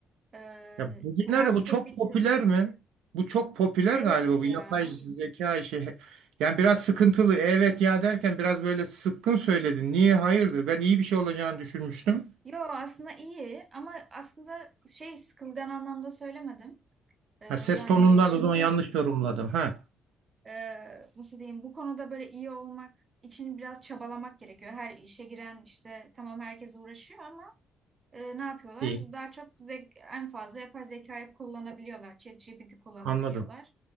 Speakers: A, on the right; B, on the right.
A: Ee,
B: Ya bugünlerde
A: üniversiteyi
B: bu çok
A: bitir.
B: popüler mi? Bu çok popüler
A: Evet
B: galiba bu
A: ya.
B: yapay zeka işi. Yani biraz sıkıntılı. Evet ya derken biraz böyle sıkkın söyledin. Niye hayırdır? Ben iyi bir şey olacağını düşünmüştüm.
A: Yo aslında iyi ama aslında şey sıkılgan anlamda söylemedim. Ee, yani
B: Ha, ses tonundan
A: çünkü
B: o zaman yanlış yorumladım. Ha.
A: Ee, nasıl diyeyim bu konuda böyle iyi olmak için biraz çabalamak gerekiyor. Her işe giren işte tamam herkes uğraşıyor ama e, ne yapıyorlar?
B: İyi.
A: Daha çok zek en fazla yapay zekayı kullanabiliyorlar. ChatGPT kullanabiliyorlar.
B: Anladım.